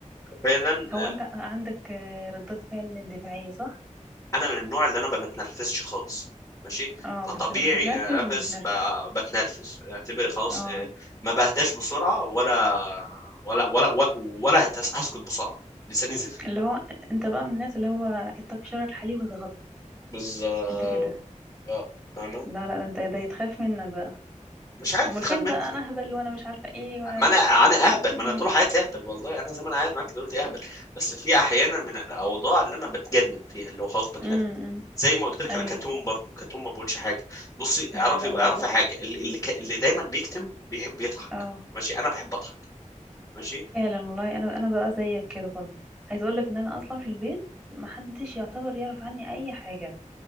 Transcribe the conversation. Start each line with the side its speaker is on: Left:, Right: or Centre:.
Left: فعلا
Centre: هو أنت
Left: آه،
Centre: عندك آه، ردات فعل دفاعية صح
Left: انا من النوع اللي انا ما بتنرفزش خالص ماشي
Centre: اه
Left: فطبيعي
Centre: بس لما تتنرفز
Left: آه، انرفز
Centre: بتتنرفز
Left: ب- بتنرفز اعتبر خلاص
Centre: اه
Left: آه، ما بهداش بسرعه ولا ولا ولا ولا, ولا هتس- هسكت بسرعه لساني زفر
Centre: اللي هو أنت بقى من الناس اللي هو اتقي شر الحليم إذا غضب
Left: بالظبط
Centre: أنت كده
Left: اه فاهمه
Centre: لا لا ده أنت ده يتخاف منك بقى
Left: مش عارف
Centre: أمال
Left: تخاف
Centre: فين
Left: مني
Centre: بقى أنا أهبل وأنا مش عارفة إيه وأنا
Left: ما انا انا اهبل
Centre: امم
Left: ما انا طول حياتي اهبل والله انا زي ما انا قاعد معاك دلوقتي اهبل بس في احيانا من الاوضاع اللي انا بتجنن فيها اللي هو خلاص بتنرفز
Centre: امم
Left: زي ما قلت لك
Centre: أيوه
Left: انا كتوم برضو كتوم ما بقولش حاجه بصي
Centre: لا
Left: اعرفي
Centre: لا واضح
Left: اعرفي حاجه اللي اللي, ك... اللي دايما بيكتم بيحب يضحك
Centre: اه
Left: ماشي انا بحب اضحك ماشي
Centre: فعلا والله انا انا بقى زيك كده برضو عايز اقول لك ان انا اصلا في البيت محدش يعتبر يعرف عني اي حاجه